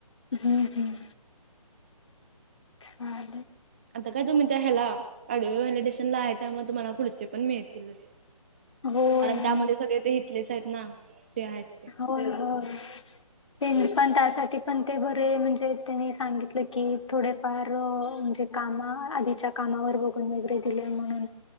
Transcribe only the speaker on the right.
आता काय तुम्ही त्या ह्याला ओडिओ व्हॅलिडेशन ला आहे त्यामुळे तुम्हाला पुढचे पण मिळतीलच.
कारण त्यामध्ये सगळे ते हितलेच आहेत ना जे आहेत ते